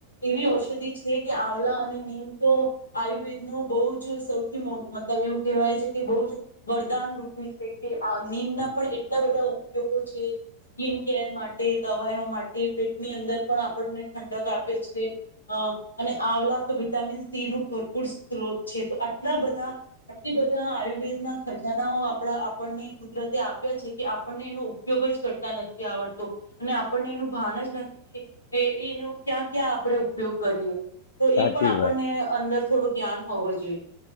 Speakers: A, on the left; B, on the left.
A: એવી ઔષધિ છે કે, આવલા અને નીમ તો આયુર્વેદ નું બહુ જ સૌથી મોટું મતલબ એવું કહેવાય છે કે, બહું જ વરદાન રૂપી છે કે, આ નીમના પણ એટલા બધા ઉપયોગો છે. સ્કીન કેર માટે દવાયો માટે પેટની અંદર પણ આપણને ઠંડક આપે છે. અ અને આવલા તો વિટામિન સી નું ભરપૂર સ્ત્રોત છે, તો આટલા બધા આટલી બધા આયુર્વેદના ખજાનાઓ આપડા આપણને કુદરતે આપ્યા છે કે, આપણને ઉ પયોગ જ કરતા નથી આવડતો, અને આપણને એનું ભાન જ નથી કે એ એનો ક્યાં ક્યાં આપણે ઉપયોગ કરીએ તો,
B: સાચી
A: એ પણ આપણને
B: વાત છે.
A: અંદર થોડું જ્ઞાન હોવો જોઈએ.